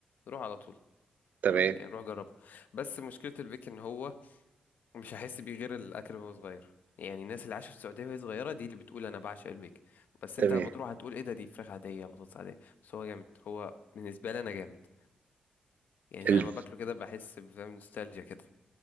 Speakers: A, on the left; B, on the right.
A: روح على طول
B: تمام
A: يعني روح جربه بس مشكلة البيك ان هو مش هحس بيه غير الاكل وهو صغير يعني الناس اللي عاشت في السعوديه وهي صغيره دي اللي بتقول انا بعشق البيك بس
B: تمام
A: انت لما تروح هتقول ايه ده دي فراخ عاديه بطاطس عاديه بس هو جامد هو بالنسبه لي انا جامد يعني
B: ال-
A: لما باكله كده بحس بفهم نوستالجيا كده